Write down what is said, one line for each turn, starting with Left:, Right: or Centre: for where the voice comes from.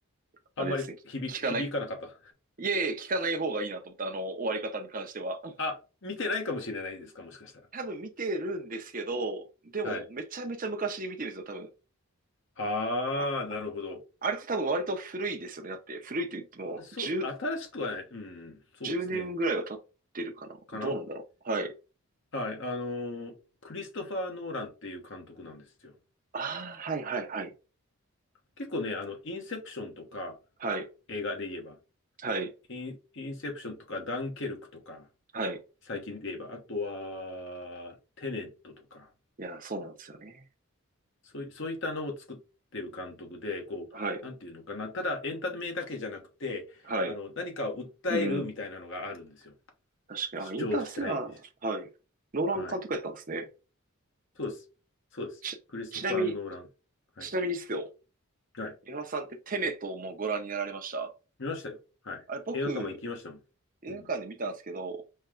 Right: あれですね、
Left: あんまり響、
Right: 聞かない。
Left: 響かなかった。
Right: いえいえ、聞かない方がいいなと思った、あの、終わり方に関しては。
Left: <laughs> あ、見てないかもしれないですか、もしかしたら。
Right: 多分見てるんですけど、でもめちゃめちゃ昔に見てるんですよ、
Left: はい。
Right: 多分。
Left: ああ、
Right: あ、
Left: なるほど。
Right: あれって多分割と古いですよね。だって古いと言っても10、
Left: そう、新しくはない。うん、そうですね。
Right: 年ぐらいは経ってるかな。
Left: かな
Right: どうなんだろう。はい。
Left: はい。あのークリストファー・ノーランっていう監督なんですよ。
Right: ああ、はいはいはい。
Left: 結構ね、あの、インセプションとか、
Right: はい。
Left: 映画で言えば、
Right: はい。
Left: イン、インセプションとか、ダンケルクとか、
Right: はい。
Left: 最近で言えば、あとは、テネットとか、
Right: いや、そうなんですよね。
Left: そうい、そういったのを作ってる監督で、こう、
Right: はい。
Left: なんていうのかな、ただエンタメだけじゃなくて、
Right: はい。
Left: あの、何かを訴えるみたいなのがあるんですよ。
Right: うん。確かに。
Left: 主張したい。
Right: あ、インターステラー。はい。ノーラン監督やったんですね。
Left: はい。そうです。そうです。
Right: ち、
Left: クリストファー・
Right: ちなみに、
Left: ノーラン。はい。
Right: ちなみにですよ。
Left: はい。
Right: 江原さんってテネットもご覧になられました
Left: 見ましたよ。はい。
Right: あれ、僕、
Left: 映画館も行きましたもん。
Right: 映画館で見たんですけど、
Left: うん。